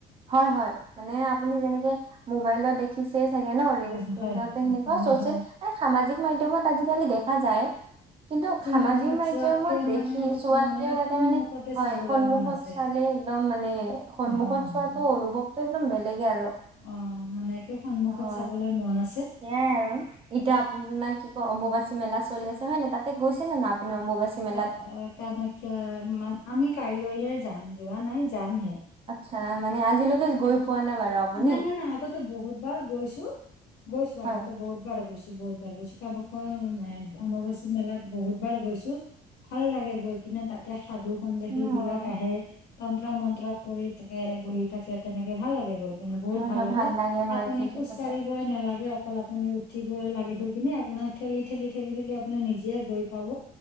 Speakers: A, on the right (about 35°); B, on the left (about 80°).
A: হয় হয় মানে আপুনি যেনেকে মবাইলত দেখিছে চাগে ন ৰিলচ
B: হয় হয়
A: সেনেকুৱা
B: হয় হয়
A: চচিয়েল
B: হয়
A: সামাজিক মাধ্যমত আজি কালি দেখা যায় কিন্তু সামাজিক
B: মাধ্যমত
A: মাধ্যমন
B: চোৱাতকে
A: দে
B: মানে
A: সি
B: মোক
A: চোৱাতকেও
B: মানে
A: তাতে
B: সন্মুখতে
A: মানে হয়
B: চাবলৈ
A: সন্মুখত
B: মন আছে
A: চালে একদম মানে সন্মুখত
B: হয় হয়
A: চোৱাটো অনুভৱ তটো একদম বেলেগে আৰু।
B: অ মানে একে সন্মুখত
A: হয়
B: চাবলৈ মন আ
A: সেয়াই আৰু এতিয়া আপোনাৰ কি কয় অম্বুবাচী মেলা চলি আছে হয় নাই তাতে গৈছে নে না আপুনি? অম্বুবাচী মেলাত
B: অ কামাখ্যা আমি কাইলৈহে যাম যোৱা নাই যামহে।
A: হয় মানে আজিলৈকে গৈ পোৱা নাই বাৰু আপুনি
B: নাই নাই আগতে বহুতবাৰ গৈছো গৈছো
A: হয়।
B: আগতে বহুতবাৰ গৈছো। বহুত বাৰ গৈছো কামাখ্যা অম্বুবাচী মেলাত বহুত বাৰ গৈছো। ভাল লাগে গৈ কিনে তাতে সাধু সন্যাসী
A: অ'
B: বিলাক আহে। তন্ত্ৰ মন্ত্ৰ কৰি থাকে বহি থাকে তেনেকে ভাল লাগে গৈ। কেনেকৈ
A: হয়
B: ভাল
A: হয়
B: লাগে
A: হয়
B: আপুনি
A: ঠিকে
B: খোজ
A: কৈছে।
B: কাঢ়িবলৈ নালাগে অকল আপুনি উঠিব লাগে সেই খিনি আপোনাক ঠেলি ঠেলি ঠেলি ঠেলি আপুনি নিজে গৈ পাব